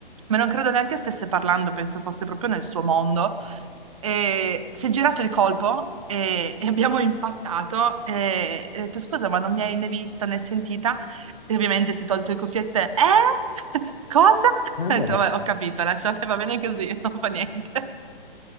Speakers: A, on the right; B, on the left.
A: ma non credo neanche stesse parlando, penso fosse proprio nel suo mondo, e si è girato di colpo e, e abbiamo impattato e, e ho detto scusa, ma non mi hai né vista né sentita? E ovviamente si è tolto le cuffiette, eh? <laughs> Cosa?
B: Eh,
A: Ho
B: no,
A: detto,
B: ma
A: "Vabbè, ho capito, lasciate, va bene così, <laughs> non fa niente.